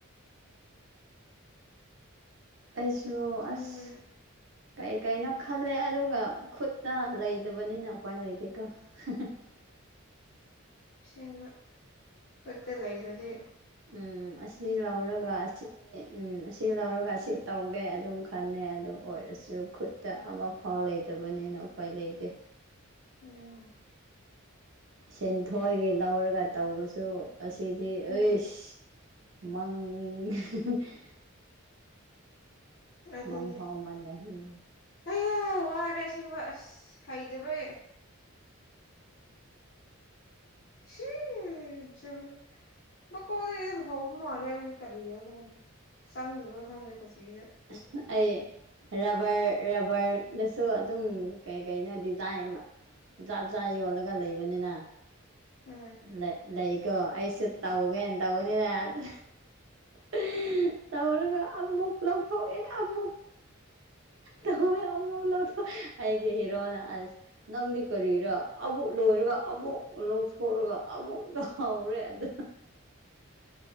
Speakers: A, on the right; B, on the left.
A: ꯑꯩꯁꯨ
B: ꯎꯝ
A: ꯑꯁ ꯀꯩ ꯀꯩꯅꯣ ꯈꯜꯂꯦ ꯑꯗꯨꯒ ꯈꯨꯠꯇ ꯂꯩꯇꯕꯅꯤꯅ ꯎꯄꯥꯏ ꯂꯩꯇꯦꯀꯣ <unintelligible>
B: ꯁꯤꯕ ꯐꯠꯇ ꯂꯩꯖꯗꯤ
A: ꯎꯝ ꯑꯁꯤ ꯂꯧꯔꯒ ꯑꯁꯤ ꯎꯝ ꯑꯁꯤ ꯂꯧꯔꯒ ꯑꯁꯤ ꯇꯧꯒꯦ ꯑꯗꯨꯝ ꯈꯟꯅꯦ ꯑꯗꯨ ꯑꯣꯏꯔꯁꯨ ꯈꯨꯠꯇ ꯑꯃꯐꯥꯎ ꯂꯩꯇꯕꯅꯤꯅ ꯎꯄꯥꯏ ꯂꯩꯗꯦ
B: ꯎꯝ
A: ꯁꯦꯟꯊꯣꯏꯒꯤ ꯂꯧꯔꯒ ꯇꯧꯕꯁꯨ ꯑꯁꯤꯗꯤ ꯑꯩꯁ
B: ꯎꯝ
A: ꯃꯪ <unintelligible>
B: ꯑꯗꯨꯅꯦ
A: ꯃꯪꯐꯥꯎꯃꯜꯂꯦ ꯎꯝ
B: <unintelligible> ꯋꯥꯔꯦ ꯑꯁꯦꯡꯕ ꯍꯩꯇꯕꯩ <unintelligible> ꯃꯀꯣꯛꯗꯩ ꯗꯨꯝ ꯍꯧꯃꯥꯜꯂꯦ ꯑꯩꯁꯤ ꯀꯔꯤꯔ ꯈꯪꯗꯦ ꯆꯪꯗꯕꯔ ꯈꯪꯗꯦ <unintelligible>
A: ꯑꯁ ꯑꯩ ꯔꯕꯔ ꯔꯕꯔꯗꯁꯨ ꯑꯗꯨꯝ ꯀꯩ ꯀꯩꯅꯣ ꯗꯤꯖꯥꯏꯟ ꯖꯥꯠ ꯖꯥꯠ ꯌꯣꯜꯂꯒ ꯂꯩꯕꯅꯤꯅ
B: ꯎꯝ
A: ꯂꯩ ꯂꯩꯀꯣ ꯑꯩꯁꯨ ꯇꯧꯒꯦꯅ ꯇꯧꯕꯅꯤꯅ ꯑꯗꯨ <unintelligible> ꯇꯧꯔꯒ ꯑꯃꯨꯛ ꯂꯧꯊꯣꯛꯑꯦ ꯑꯃꯨꯛ ꯇꯧꯋꯦ ꯑꯃꯨꯛ ꯂꯧꯊꯣꯛ ꯑꯩꯒꯤ ꯍꯤꯔꯣꯅ ꯑꯁ ꯅꯪꯗꯤ ꯀꯔꯤꯔꯥ ꯑꯃꯨꯛ ꯂꯣꯏꯔꯒ ꯑꯃꯨꯛ ꯂꯧꯊꯣꯛꯑꯒ ꯑꯃꯨꯛ ꯍꯥꯎꯔꯦ ꯑꯗꯨ